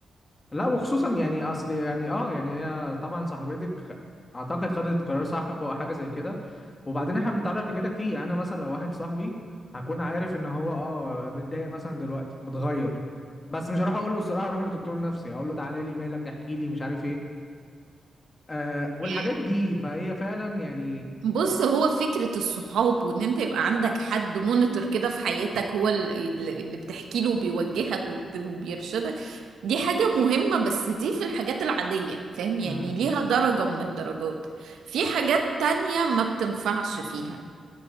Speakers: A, on the left; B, on the right.
A: لا وخصوصا يعني اصل يعني اه يعني هي طبعا صاحبتك اعتقد خدت قرار صح فوق حاجه زي كده وبعدين احنا بنتعرض لكده كتير يعني انا مثلا لو واحد صاحبي هكون عارف ان هو اه متضايق مثلا دلوقتي متغير بس مش هروح اقول له الصراحه اروح لدكتور نفسي اقول له تعالى لي مالك احكي لي مش عارف ايه آه والحاجات
B: آه،
A: دي فهي فعلا يعني
B: بص هو فكرة الصحاب وان انت يبقى عندك حد مونيتور كده في حياتك هو ال- اللي بتحكي له وبيوجهك وبت- وبيرشدك دي حاجة مهمة بس دي في الحاجات العادية فاهم يعني
A: مم.
B: ليها درجة من الدرجات في حاجات تانية ما بتنفعش فيها